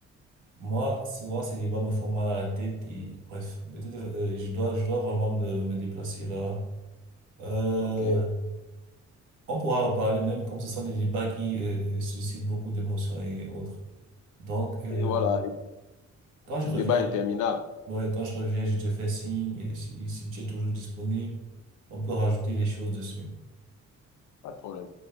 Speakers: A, on the right; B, on the left.
A: moi, souvent, ces débats me font mal à la tête et bref, de toute, euh, je dois, je dois vraiment me, me déplacer là. Euh,
B: OK. Et
A: On pourra en parler même comme ce sont des débats qui euh, euh, suscitent beaucoup d'émotions et autres. Donc, euh,
B: voilà.
A: quand je
B: C'est
A: reviens,
B: un débat interminable.
A: ouais, quand je reviens, je te fais signe. Et si, si tu es toujours disponible, on peut rajouter des choses dessus.
B: Pas de problème.